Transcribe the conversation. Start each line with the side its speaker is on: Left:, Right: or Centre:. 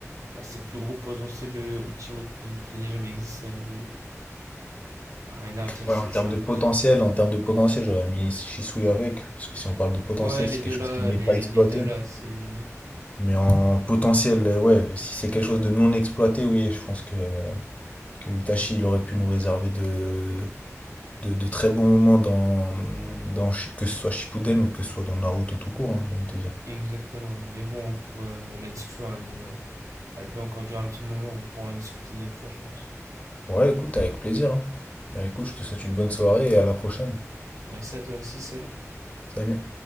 Right: Bah, c'est le plus gros potentiel le Uchiwa qui, qui n'ait jamais existé. hein. Il est. ah, Rien à dire,
Left: Ouais,
Right: c'est
Left: en termes
Right: c'est un
Left: de
Right: monstre.
Left: potentiel, en termes de potentiel, j'aurais mis Shisui avec, parce que si on parle de potentiel,
Right: Ouais,
Left: c'est
Right: les deux
Left: quelque chose
Right: là,
Left: qui n'est
Right: les,
Left: pas exploité.
Right: les deux là, c'est.
Left: Mais en potentiel, euh, ouais, si c'est quelque chose de non exploité, oui, je pense que, que Itachi, il aurait pu nous réserver de, de, de très bons moments dans, dans que ce soit Shippuden ou que ce soit dans Naruto tout court, hein, j'ai envie de te dire.
Right: Exactement. ouais. Mais bon, pour euh, la discussion, elle est- Elle peut encore durer un petit moment, on pourra en discuter une autre fois, je pense.
Left: Ouais, écoute, avec plaisir. hein. Bah, écoute, je te souhaite une bonne soirée et à la prochaine.
Right: Merci à toi aussi, salut.
Left: Salut.